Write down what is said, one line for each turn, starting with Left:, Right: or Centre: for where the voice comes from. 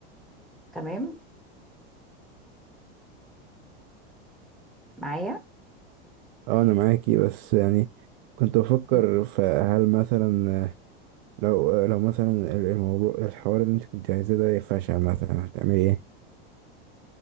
Centre: تمام معايا
Right: اه انا معاكي بس يعني كنت بفكر
Centre: مم.
Right: فهل مثلا لو لو مثلا ال- الموضوع الحوار اللي انت كنت عايزاه ده فشل مثلا هتعملي ايه